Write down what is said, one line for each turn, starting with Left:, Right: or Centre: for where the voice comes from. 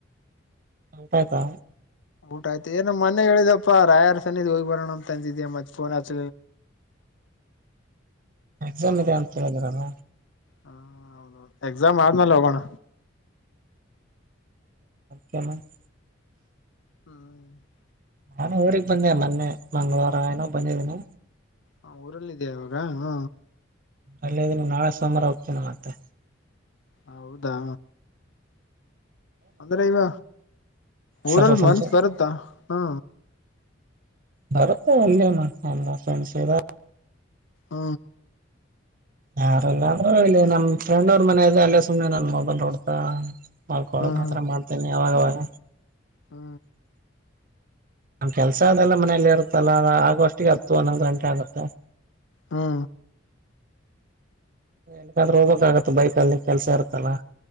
Right: ಊಟಾಯ್ತಾ
Left: ಊಟ ಆಯ್ತು ಏನಮ್ಮ್ ಮನೆಗೆ ಹೇಳಿದಪ್ಪಾ ರಾಯರ್ ಸನಿದ್ ಹೋಗಿ ಬರೋಣ ಅಂತ ಅಂದಿದಯ ಮತ್ತ ಫೋನ್ ಹಚ
Right: ಎಕ್ಸಾಮ್ ಇದೆ ಅಂತ ಹೇಳಿದ್ರಲ್ಲ
Left: ಹ ಹೌದೌದು ಎಕ್ಸಾಮ್ ಆದ್ಮೇಲೆ ಹೋಗೋಣ
Right: ಮ್ಮ <inaudible>
Left: ಹ್ಮ್ <inaudible>
Right: ನಾನು ಊರಿಗೆ ಬಂದೆ ಮೊನ್ನೆ ಮಂಗಳವಾರ ಏನೋ ಬಂದಿದ್ದೀನಿ
Left: ಹ ಊರಲ್ಲ ಇದೆಯ ಅವವಾಗ ಹ
Right: ಅಲ್ಲೇ ನೀ ನಾಳೆ ಸೋಮಾರ ಹೋಗ್ತೀನ ಮತ್ತೆ
Left: ಹೌದಾ. ಅಂದ್ರೆ ಈವ
Right: ಸ್ವಲ್ಪ
Left: ಊರಲ್ಲಿ
Right: ಫಂಕ್ಷನ್
Left: ಮನ್ಸ ಬರುತ್ತಾ ಹಾ.
Right: ಬರುತ್ತೆ ಒಂದೇ <unintelligible> ಫ್ರೆಂಡ್ಸ್ ಇದ.
Left: ಹ
Right: ಯಾರಲ್ಲ ಅಂದ್ರ ಇಲ್ಲಿ ನಮ್ಮ ಫ್ರೆಂಡ್ ಅವ್ರ ಮನೆ ಇದೆ ಅಲ್ಲೇ ಸುಮ್ಮ್ನೆ ನನ್ನ ಮೊಬೈಲ್ ನೋಡ್ತಾ ಮಾಡ್ಕೊಳದು
Left: ಹ್ಮ್
Right: ಆತ್ರರ ಮಾಡ್ತೇನ ಅವಾಗವಾಗ
Left: ಹಾ
Right: ನಮ್ಮ ಕೆಲಸ ಅದೆಲ್ಲ ಮನೆಯಲ್ಲಿ ಇರುತ್ತಲ್ಲ ಅದ ಆಗೋ ಅಷ್ಟಿಗೆ ಹತ್ತು ಒನ್ನೊಂದು ಗಂಟೆ ಆಗುತ್ತ.
Left: ಹ್ಮ
Right: ನಕಂದ್ರೆ ಹೋಗಬೇಕಾಗತ್ತ ಬೈಕ್ ಅಲ್ಲಿ ಕೆಸ ಇರುತ್ತಲ್ಲಾ.